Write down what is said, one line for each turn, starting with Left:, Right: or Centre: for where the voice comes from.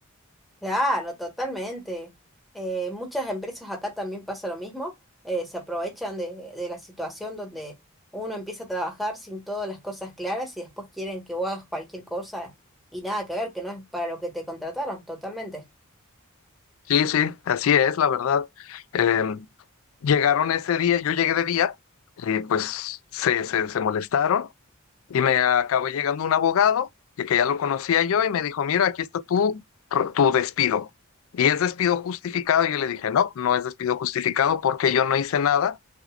Centre: Claro, totalmente. Eh, muchas empresas acá también pasa lo mismo, eh, se aprovechan de, de la situación donde uno empieza a trabajar sin todas las cosas claras y después quieren que vos hagas cualquier cosa y nada que ver, que no es para lo que te contrataron, totalmente.
Left: Sí, sí, así es, la verdad. Eh, Llegaron ese día, yo llegué de día y pues se, se, se molestaron y me acabó llegando un abogado y que ya lo conocía yo y me dijo, mira, aquí está tu, tu despido. Y es despido justificado. Y yo le dije, no, no es despido justificado porque yo no hice nada